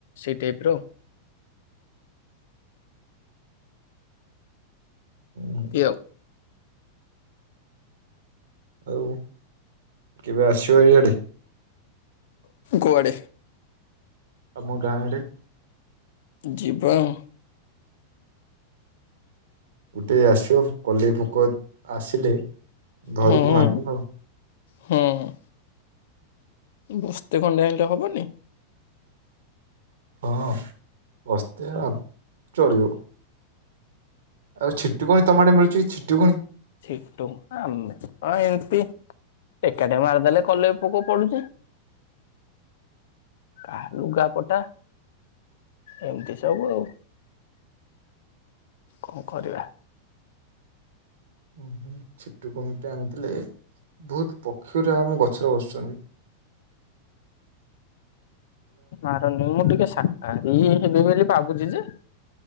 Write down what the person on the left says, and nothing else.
ସେଇ ଟାଇପର।
କି ଆଉ।
କୁଆଡେ?
ଯିବା ଆଉ।
ହଁ
ହଁ। ବସ୍ତେ ଖଣ୍ଡେ ଆଇଁଲେ ହବନି?
ଛିଟୁ ଆମେ ଅ ଏମତି। ଏକାଟିଆ ମାରିଦେଲେ କଲେଇ ପୋକ ପଡୁଚି। କାହା ଲୁଗା ପଟା। ଏମତି ସବୁ ଆଉ କଣ କରିବା।
ମାରନି ମୁ ଟିକେ ସା କାଲି ହେବି ବୋଲି ଭାବୁଚି ଯେ,